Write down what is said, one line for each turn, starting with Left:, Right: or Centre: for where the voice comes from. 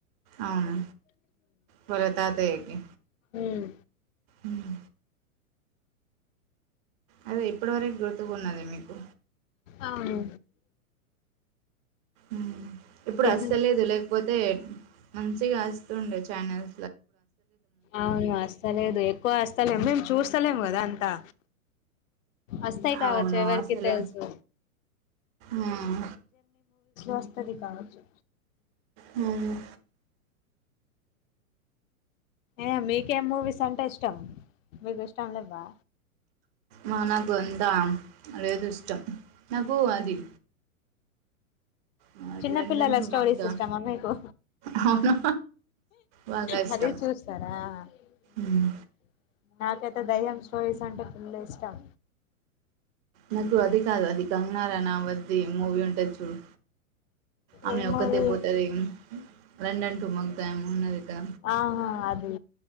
Right: అవును వాళ్ళ తాతయ్యకి
Left: ఉమ్.
Right: మ్మ్ అదే ఇప్పటి వరకు గుర్తుకున్నది మీకు
Left: అవును
Right: మ్మ్ ఇప్పుడు
Left: చిన్న
Right: అస్తలేదు లేకపోతే మంచిగా అస్ టుండే ఛానల్
Left: అవును అస్తలేదు ఎక్కువ అస్ స్తలేం మేము చూస్తలేం కదా అంతా అస్తయి కావచ్చు
Right: అవును
Left: ఎవరికి
Right: అసలు
Left: తెలుసు
Right: మ్మ్
Left: వస్తది కావచ్చు
Right: అవును
Left: ఏ మీకేం మూవీస్ అంటే ఇష్టం మీకు ఇష్టం లెవ్వా
Right: మనకు అంత లేదు ఇష్టం నాకు అది ఆ,
Left: చిన్నపిల్లల
Right: లండన్ టుమగ్గా
Left: స్టోరీస్ ఇష్టమా మీకు
Right: అవును బాగా ఇష్టం
Left: మరి చూస్తారా
Right: మ్మ్
Left: ఆ నాకైతే దయ్యం స్టోరీస్ అంటే ఫుల్లు ఇష్టం
Right: నాకు అది కాదు అది కంగనా రనౌత్ ది మూవీ ఉంటది చూడు ఆమె
Left: ఏ
Right: ఒక్కతే
Left: మూవీ
Right: పోతది లండన్ టూ మగ దయ్యం ఉన్నదిగా
Left: ఆహా అది